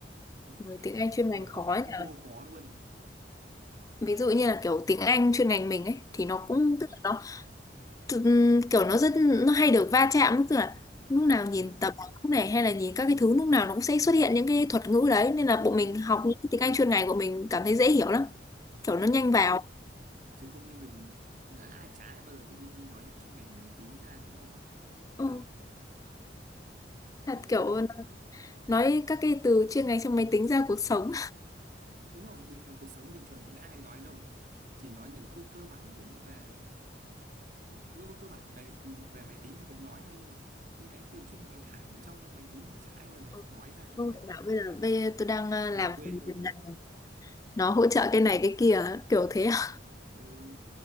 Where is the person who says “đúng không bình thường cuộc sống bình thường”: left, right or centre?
Right